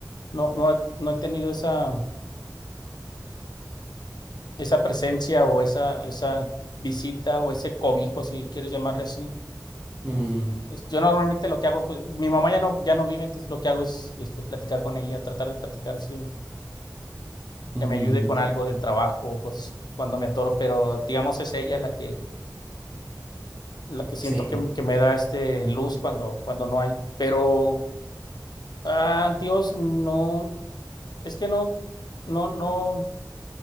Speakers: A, on the left (about 75°); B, on the right (about 15°).
A: no, no, no he tenido esa, esa presencia o esa, esa visita o ese cobijo, si quieres llamarle así
B: Mm,
A: Este, Yo normalmente lo que hago, pues, mi mamá ya no, ya no vive, entonces lo que hago es este, platicar con ella, tratar de platicar, sí,
B: mm,
A: que me ayude con algo del trabajo o cosas cuando me atoro, pero digamos es ella la que, la que siento
B: sí,
A: que, que me da este luz cuando, cuando no hay. Pero, ah, Dios, no, es que no, no, no,